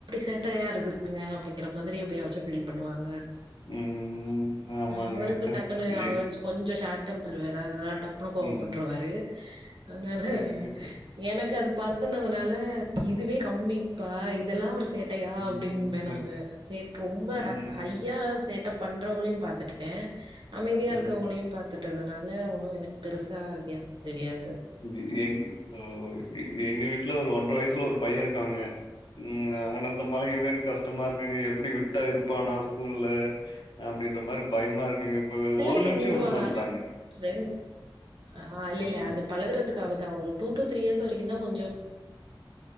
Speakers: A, on the right; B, on the left.
A: சேட்டைய இருக்குதுங்க அப்டிங்கற மாதிரி எப்பெயாச்சும் பீல் பண்ணுவாங்க
B: ம் ஆமாங்க.
A: அவரு டக்
B: அ
A: டக்குன்னு அவர்
B: எங்
A: கொஞ்சோ ஷார்ட் டெம்பர் வேற அதனால டப் புனு கோவப்பட்ருவாரு
B: ம்.
A: அதனால
B: சரி, சரி.
A: எனக்கு அது ப ழகுனதுனால இதுவே கம்மிப்பா இதெல்லா ஒரு சேட்டையா
B: ம்.
A: அப்டீன்ப நானு சேட் ரொம்போ
B: ம்,
A: அ ஹையா சேட்டப் பண்றவங்களையு பாத்துட்டே அமைதியா
B: ம்.
A: இருக்கவுங்களையு பாத் த்துட்டதுனால ஒன்னோ எனக்கு பெருசா வித்தியாசோ தெரியாது
B: இது எங் ஓ எ எங்க வீட்ல ஒரு ஒன்றர வயசுல ஒரு பைய இருக்காங்க ம் அவன சமாளிக்கிறதே எனக் கஷ்டமா இருக்குங்க எப்டி விட்டா இருப்பானா ஸ்கூல்ல அப்டீன்ற மாரி பயமா இருக்குங்க இப்பவே
A: இதெல்லாம்
B: ஒரு நிமிஷோ
A: இருந்துருவாங்க.
B: விடமாட்டேன்றாங்க
A: ஆனா, ரெண் அ இல்ல
B: ம்.
A: இல்ல அது பழகறதுக்காக தா ஒரு டூ டூ த்ரீ இயர்ஸ் வரிக்கு தா கொஞ்சோ